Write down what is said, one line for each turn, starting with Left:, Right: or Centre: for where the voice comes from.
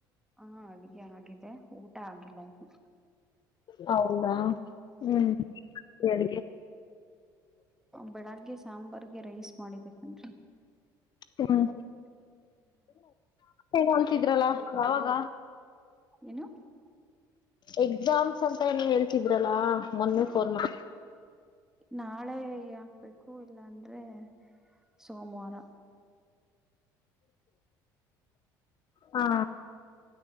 Centre: ಹಾ ಅಡ್ಗೆ ಆಗಿದೆ ಊಟ ಆಗಿಲ್ಲ ಇ
Left: ಹೌದಾ ಹ್ಮ್ ಹೇಳ
Centre: ಬೆಳಗ್ಗೆ ಸಾಂಬಾರ್ಗೆ ರೈಸ್ ಮಾಡಿದ್ದನ್ರಿ
Left: ಹ್ಮ್ ಏನು ಅಂತಿದ್ರಲ್ಲ ಯಾವಾಗ
Centre: ಏನು
Left: ಎಕ್ಸಾಮ್ಸ್ ಅಂತ ಏನ ಹೇಳ್ತಿದ್ರಲ್ಲಾ ಮೊನ್ನೆ
Centre: ಆ
Left: ಫೋನ್ ಮಾಡ
Centre: ನಾಳೆ ಹಾಕ್ಬೇಕು ಇಲ್ಲಾಂದ್ರೆ ಸೋಮವಾರ
Left: ಹಾ